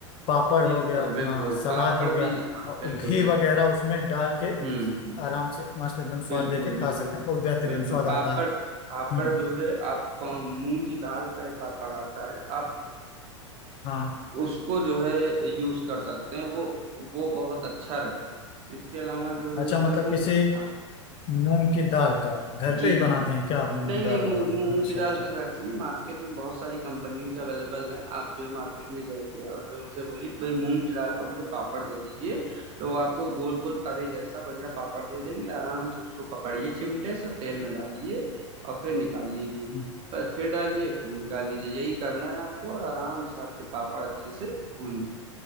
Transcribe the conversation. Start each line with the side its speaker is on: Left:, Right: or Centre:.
Left: पापड़
Right: बिल्कुल
Left: हो गया
Right: बिल्कुल
Left: हाँ सलाद
Right: पापड़
Left: हो गया
Right: भी हाँ
Left: और
Right: बिल्कुल
Left: घी
Right: बिल्कुल
Left: वगैरह उसमें डाल के
Right: हम्म हम्म,
Left: आराम से मस्त एकदम स्वाद
Right: बिल्कुल
Left: लेके खा
Right: बिल्कुल
Left: सकते हैं बहुत बेहतरीन
Right: बिल्कुल
Left: स्वाद
Right: पापड़
Left: आता है
Right: पापड़
Left: हम्म
Right: जो है आप अ, मूंग की दाल का एक पापड़ आता है आप
Left: हाँ
Right: उसको जो है यूज कर सकते हैं वो वो बहुत अच्छा रहता है इसके अलावा जो है
Left: अच्छा
Right: मतलब
Left: मतलब
Right: मूंग
Left: किसी
Right: हाँ
Left: मूंग की दाल का घर
Right: जी
Left: पे ही बनाते
Right: जी
Left: हैं क्या आप मूंग
Right: नहीं
Left: की दाल
Right: नहीं मूंग
Left: वाला
Right: मूंग
Left: अच्छा
Right: की दाल
Left: अच्छा
Right: का घर से नहीं मार्केट में बहुत सारी कंपनियों के अवेलेबल है आप जो है मार्केट में जाइए और जो उनसे बोलिए भाई मूंग की दाल का मुझे पापड़ दे दीजिए तो वो आपको गोल गोल तवे जैसा बढ़िया पापड़ दे देंगे आराम से उसको पकड़िए चिमटे से तेल में डालिए और फिर निकाल लीजिए
Left: हम्म,
Right: बस फिर डालिए फिर निकाल लीजिए यही करना है आपको और आराम से आपके पापड़ अच्छे से भून